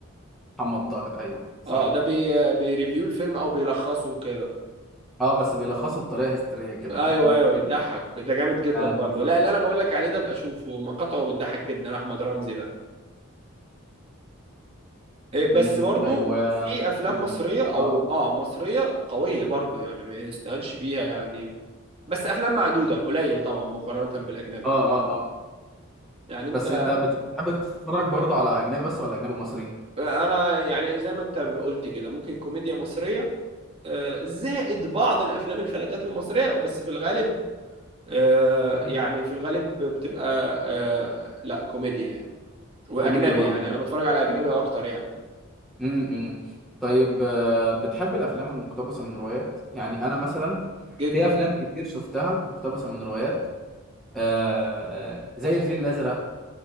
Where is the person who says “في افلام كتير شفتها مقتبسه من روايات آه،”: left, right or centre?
Centre